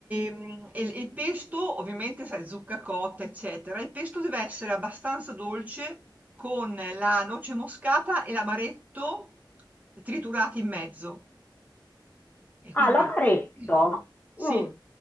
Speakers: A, on the right; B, on the left.
A: mm, e- e il pesto, ovviamente, sai, zucca cotta, eccetera. Il pesto deve essere abbastanza dolce con la noce moscata e l'amaretto triturati in mezzo. E quindi,
B: ah, l'amaretto.
A: Mhm. sì,
B: Mm,